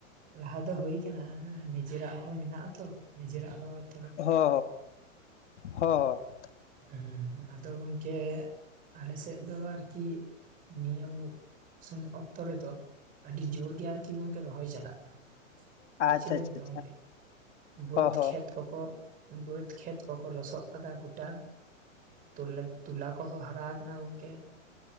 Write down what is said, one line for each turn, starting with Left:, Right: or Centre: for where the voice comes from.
Right: ᱞᱟᱦᱟ ᱫᱚ ᱦᱳᱭ ᱠᱟᱱᱟ ᱱᱤᱡᱮᱨᱟᱜ ᱦᱚᱸ ᱢᱮᱱᱟᱜᱼᱟ ᱛᱚ ᱱᱤᱡᱮᱨᱟᱜ ᱦᱚᱸ ᱾
Left: ᱦᱚ ᱦᱚ ᱾
Right: ᱦᱮᱸ ᱟᱫᱚ ᱜᱚᱢᱠᱮ ᱟᱞᱮ ᱥᱮᱫ ᱫᱚ ᱟᱨᱠᱤ ᱱᱤᱭᱟᱹ ᱾ ᱥᱩᱱᱩ ᱚᱠᱛᱚ ᱨᱮᱫᱚ ᱟᱹᱰᱤ ᱡᱳᱨ ᱜᱮ ᱟᱨᱠᱤ ᱜᱚᱝᱠᱮ ᱨᱚᱦᱚᱭ ᱪᱟᱞᱟᱜ ᱠᱟᱱᱟ ᱾
Left: ᱦᱚᱸ
Right: ᱵᱩᱪ
Left: ᱟᱪᱪᱷᱟ
Right: ᱠᱮᱫᱟ
Left: ᱟᱪᱪᱷᱟ
Right: ᱵᱤᱱ ᱛᱚ ᱜᱚᱝᱠᱮ
Left: ᱟᱪᱪᱷᱟ
Right: ᱵᱟᱹᱫᱽ
Left: ᱦᱚᱸ ᱦᱚᱸ
Right: ᱠᱷᱮᱛ ᱾ ᱠᱚᱠᱚ ᱵᱟᱹᱫᱽ ᱠᱷᱮᱛ ᱠᱚᱠᱚ ᱞᱚᱥᱚᱜ ᱠᱟᱫᱟ ᱜᱚᱴᱟ ᱾ ᱛᱩᱞᱟ ᱛᱩᱞᱟ ᱠᱚᱦᱚᱸ ᱦᱟᱨᱟ ᱟᱠᱟᱱᱟ ᱜᱚᱝᱠᱮ